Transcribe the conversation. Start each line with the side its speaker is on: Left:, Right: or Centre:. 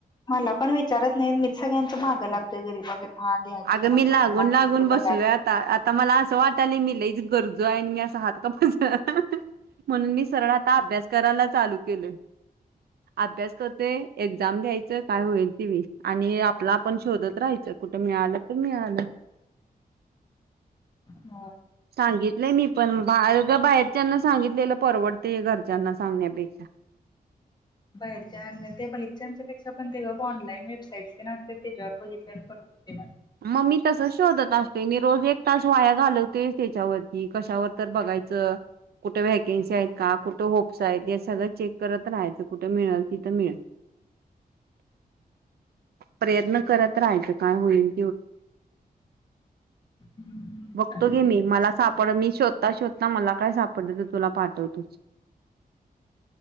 Left: मला पण विचारत नाही मीच सगळ्यांंच्या मागं लागतोय <unintelligible> की
Right: अग
Left: मग
Right: मी
Left: कोणाकडे
Right: लागून
Left: असल
Right: लागून
Left: तर
Right: बसलोय
Left: बघा की
Right: आता तर मला असं वाटायला लागलं मी लई गरजु आहे मी असा हात <unintelligible> म्हणून मी सरळ आ आता अभ्यास करायला चालू केलंय अभ्यास करते एक्झाम द्यायच काय होईल ती व आणि आपला आपण शोधत राहायचं कुठ मीळालं तर मी आलं
Left: हो
Right: सांगितलंय मी पण बा बाहेरच्याना सांगितलेलं परवडतेय घरच्यांना सांगण्यापेक्षा
Left: बाहेरच्या बाहेरच्यांच्यापेक्षा पण तेव्हा ऑनलाईन वेबसाईट नसते त्याच्यावर बघितल्याण हो ते
Right: मग मी तसच शोधत असते मी रोज एक तास वाया घालवते त्याच्यावरती कशावर तर बघायचं कुठे व्हॅकन्सी आहेत का कुठं आहेत या सगळं चेक करत राहायचं कुठे मिळेल तिथं मिळेल प्रयत्न करत राहायचं काय होईल
Left: हम्म
Right: बघतो
Left: चालतंय
Right: घे मी
Left: की
Right: मला
Left: तसं
Right: सापड मी शोध श होत ना मला काय सापडलं तर तुला पाठवतोच